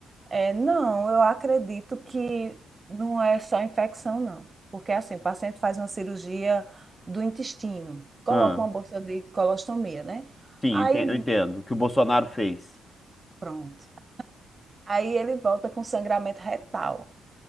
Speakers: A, on the right; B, on the left.
A: É, não, eu acredito que não é só infecção, não. Porque assim, o paciente faz uma cirurgia do intestino, coloca
B: Ah.
A: uma bolsa de colostomia, né?
B: Sim,
A: Aí,
B: ente- eu entendo. O que o Bolsonaro fez.
A: pronto. Aí ele volta com sangramento retal.